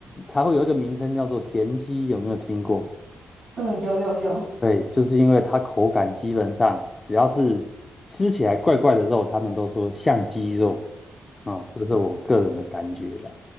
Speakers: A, on the left (about 35°); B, on the right (about 65°).
A: 才会有一个名称叫做田鸡，有没有听过？
B: 嗯，有有有。
A: 对，就是因为它口感基本上只要是吃起来怪怪的肉，他们都说像鸡肉。哦，这是我个人的感觉啦。